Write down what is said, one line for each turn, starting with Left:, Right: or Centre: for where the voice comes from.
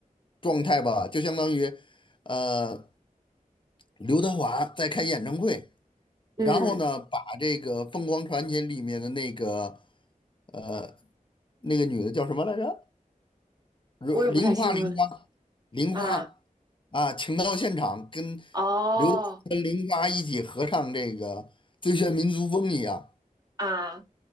Left: 状态吧？就相当于，呃。刘德华在开演唱会，
Right: 嗯，
Left: 然后呢，把这个《凤凰传奇》里面的那个呃那个女的叫什么来着？如玲花，
Right: 我也不太清楚
Left: 玲花，玲花
Right: 啊，
Left: 啊，请到现场跟
Right: 哦
Left: 刘德华跟玲花一起合唱这个《最炫民族风》一样。
Right: 啊，